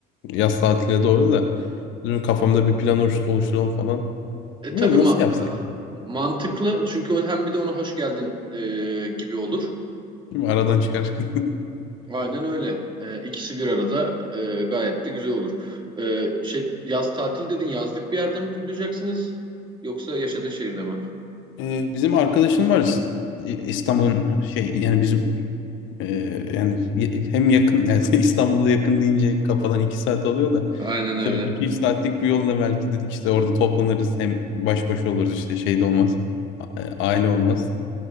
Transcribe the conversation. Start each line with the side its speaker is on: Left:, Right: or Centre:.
Left: Yaz tatiline doğru da. Dedim kafamda bir plan oluş- oluşturalım falan.
Right: E, tabii
Left: Bilmiyorum
Right: ma-
Left: nasıl yapsak?
Right: mantıklı çünkü o hem bir de ona hoş geldin e, gibi olur.
Left: Değil mi? Aradan çıkar. <laughs>
Right: Aynen öyle. E, ikisi bir arada e, gayet de güzel olur. E, şey yaz tatil dedin yazlık bir yerde mi kutlayacaksınız yoksa yaşadığın şehirde mi?
Left: Ee, bizim arkadaşım var İs- İstanbul'un şey yani bizim e, yani ye- hem yakın <laughs> yani İstanbul'a yakın deyince kafadan iki saat oluyor da
Right: Aynen öyle.
Left: işte böyle iki üç saatlik bir yolla belki dedik işte orada toplanırız hem baş başa oluruz işte şey de olmaz a- e, aile olmaz.